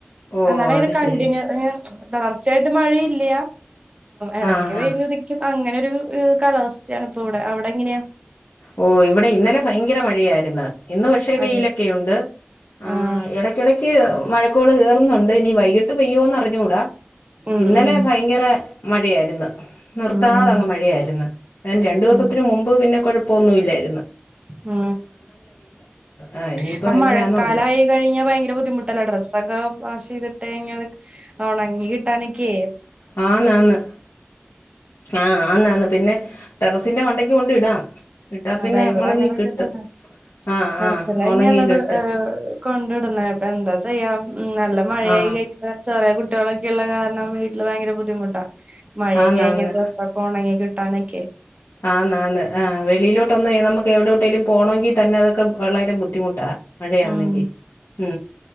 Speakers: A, on the left; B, on the right.
A: ഓ
B: എന്നാല അങ്ങനെ
A: അത്
B: കണ്ടിന്യു
A: ശരി
B: തുടർച്ചയായിട്ട് മഴയില്ല ഇടയ്ക്ക്
A: ആഹ്
B: വെയിൽ
A: ആഹ്
B: ഉതിക്കും അങ്ങനെ കാലാവസ്ഥയാാണ് ഇപ്പോൊ ഇവിടെ അവിടെ എങ്ങനെയാ
A: ഓ ഇവിടെ ഇന്നലെ ഭയങ്കര മഴയായിരുന്നു ഇന്ന് പക്ഷേ വെയിലൊക്കെുണ്ട്
B: അതെ
A: ആ
B: ആഹ്
A: ഇടക്കിടക്ക് മഴക്കോള് കയറുന്നുണ്ട് ഇനീ വൈകിട്ട് പെയ്യോന്ന് അറിഞ്ഞുകൂടാ
B: ഉം
A: ഇന്നലെ
B: ഉം
A: ഭയങ്കര മഴയായിരുന്നു നിർത്താത
B: ഉം ഉം
A: അങ്ങ് മഴയായിരുന്നു അന് രണ്ടു ദിവസത്തിനന്
B: ഉം
A: മുമ്പ് പിന്നെകൊഴപ്പം ഒന്നുംഇല്ലായിരുന്നു
B: ഉ
A: ആഹ് ഇനിയിപ്പോ
B: അപ്പൊ
A: എങ്ങനെയാന്നോ
B: മഴക്കാലമായി
A: എന്തോ
B: കഴിഞ്ഞാ ഭയങ്കര ബുദ്ധിമുട്ട് ഡ്രസ്സൊക്കെ വാഷ് ചെയ്തിട്ട്ത്ട്ട് ഓണങ്ങി കിട്ടാനൊക്കെയ
A: ആന്നന്ന് ആ ആന്നന്ന് പിന്നെ ടെറസിന്റെ വണ്ടയ്ക്ക് കൊണ്ട് ഇടാം ഇട്ടാ
B: അതാ
A: പിന്നെ
B: ഇവിടെ
A: ഉണങ്ങി
B: അങ്ങനെയൊക്കെ
A: കിട്ടും
B: തന്നെ
A: ആ
B: ടെറസില
A: ആ
B: തന്നെയാണ്
A: ഉണങ്ങി കിട്ടും
B: കൊണ്ട പ്പ എന്താ ചെയ്യാം നല്ല മഴയായിയി
A: ആ
B: കഴിഞ്ഞ ചേറിയ കുട്ടി കുട്ടികളൊക്കെ ഉള്ള കാരണം വീട്ടിൽ ഭയങ്കര ബുദ്ധിമുട്ടാ മഴയൊക്കെഴ
A: ആന്നാന്ന്
B: ഡ്രസ്സ്സൊക്കെ ഉണങ്ങി സ്ഥാനക്കെ
A: ആന്ന് ആന്ന് ആ വെളിയിലോട്ട് ഒന്ന് നമുക്ക് എവിടെവിട്ടേലും പോണമെങ്കിൽ തന്നെ അതൊക്കെ വളരെ ബുദ്ധിമുട്ടാ മഴയാണെങ്കി
B: ഉം
A: ഉ